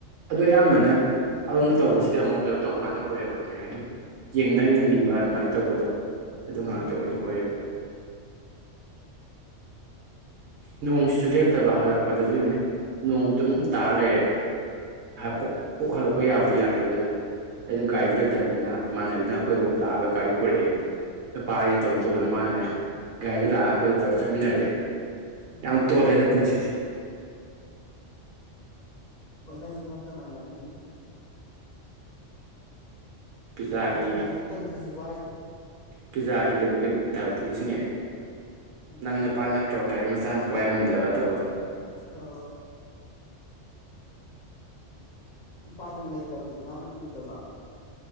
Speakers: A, on the right; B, on the left.
A: ꯑꯗꯨ ꯑꯌꯥꯝꯕꯅ
B: ꯎꯝ
A: ꯑꯗꯣꯝꯗ ꯇꯧꯕꯁꯤꯗꯤ ꯑꯃꯨꯛ ꯀꯩꯅꯣ ꯇꯧꯕ ꯉꯥꯛꯇ ꯑꯣꯏꯌꯦꯕ ꯀꯩ ꯍꯥꯏꯅꯤ ꯌꯦꯡꯗꯪ ꯌꯦꯡꯕꯤꯕ ꯑꯗꯨꯃꯥꯏꯅ ꯇꯧꯕꯗꯣ ꯑꯗꯨꯣ ꯉꯥꯛꯇ
B: ꯎꯝ
A: ꯑꯣꯏꯅ ꯑꯣꯏꯌꯦꯕ ꯅꯣꯡꯁꯤꯁꯨ ꯂꯦꯞꯇꯕ ꯍꯜꯂꯛꯄꯗꯁꯨ ꯌꯦꯡꯅꯤꯩ ꯅꯣꯡ ꯑꯗꯨꯝ ꯇꯥꯔ ꯂꯩꯔꯦ ꯄꯣꯛ ꯍꯜꯂꯛꯄ ꯌꯥꯕꯗꯤ ꯌꯥꯗꯕꯤꯗꯣ ꯌꯦꯡꯉ ꯑꯩꯗꯣ ꯒꯥꯔꯤꯗꯨꯣ ꯂꯩꯇꯕꯅꯤꯅ ꯏꯃꯥꯟꯅꯕꯤꯅ ꯑꯩꯈꯣꯏꯐꯥꯎ ꯂꯥꯛꯑꯒ ꯒꯥꯔꯤ ꯄꯨꯔꯛꯑꯦ ꯅꯨꯄꯥ ꯑꯩꯅ ꯇꯧꯗ ꯇꯧꯗꯅ ꯃꯥꯅꯕꯅ ꯒꯥꯔꯤꯗ ꯂꯥꯛꯑꯒ ꯑꯩꯈꯣꯏꯗ ꯇꯧꯔ ꯆꯠꯃꯤꯟꯅꯔꯛꯑꯦ
B: ꯎꯝ
A: ꯌꯥꯝ ꯇꯣꯜꯂꯦꯗ ꯄꯨꯟꯁꯤꯁꯦ
B: ꯑꯣ ꯅꯁꯨ ꯃ ꯃꯥꯏ ꯂꯥꯛꯁꯅꯤ
A: ꯄꯤꯖꯥꯒꯤ
B: ꯃꯇꯝ ꯌꯧꯗ ꯇꯧꯅꯤ ꯍꯧꯖꯤꯛ ꯋꯥꯏꯗꯨ
A: ꯄꯤꯖꯥꯒꯤ ꯀꯩꯅꯣꯒꯤ ꯊꯥꯔꯇꯣ ꯅꯤꯡꯁꯤꯡꯉꯛꯑꯦ
B: ꯎꯝ
A: ꯅꯪꯄꯥꯥꯠꯇꯣꯥꯏꯃ ꯆꯆꯥꯝ ꯄꯛꯥꯏꯏ ꯐꯝꯗꯕꯥ ꯇꯕꯗꯣ
B: ꯑꯣ ꯅꯨꯄꯥꯗꯨꯅ ꯂꯩꯇꯕꯗꯨꯗꯤ ꯃꯥꯅ ꯎꯗꯕ